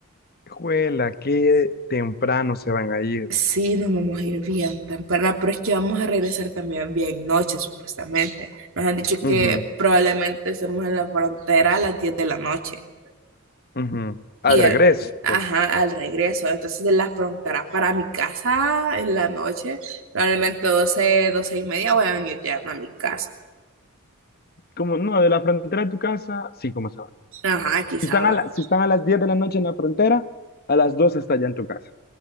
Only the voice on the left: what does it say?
Juela, qué temprano se van a ir.
Ujú.
Ujú. Al
regreso.
Como, no, de la frontera a tu casa, sí, como sabes.
Si están
a la- si están a las 10 de la noche en la frontera, a las 2 está ya en tu casa.